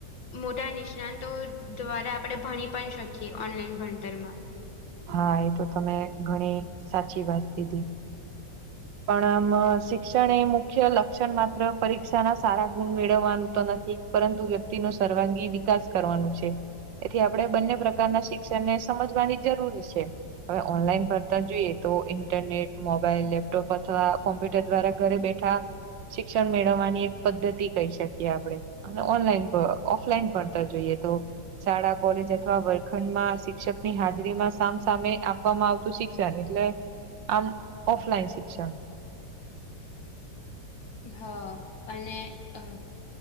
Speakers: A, on the left; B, on the right.
A: મોટા નિષ્ણાતો દ્વારા આપણે ભણી પણ શકીએ ઓનલાઈન ભણતરમાં.
B: હા એ તો તમે ઘણી સાચી વાત કીધી. પણ આમ શિક્ષણ એ મુખ્ય લક્ષણ માત્ર પરીક્ષા ના સારા ગુણ મેળવવાનું તો નથી. પરંતુ વ્યક્તિનો સર્વાંગી વિકાસ કરવાનું છે. એથી આપણે બંને પ્રકારના શિક્ષણને સમજવાની જરૂરી છે. હવે ઓનલાઈન ભણતર જોઈએ તો ઇન્ટરનેટ, મોબાઈલ, લેપ લેપટોપ અથવા કોમ્પ્યુટર દ્વારા ઘરે બેઠા શિક્ષણ મેળવવાની એક પદ્ધતિ કહી શકીએ આપડે. અને ઓનલાઈન ભ ઓફલાઈન ભતા જોઈએ તો શાળા, કોલેજ અથવા વર્ખંડ માં શિક્ષકની હાજરીમાં સામસામે આપવામાં આવતુ તું શિક્ષણ એટલે આમ ઓફલાઈન શિક્ષણ.
A: હ અને અ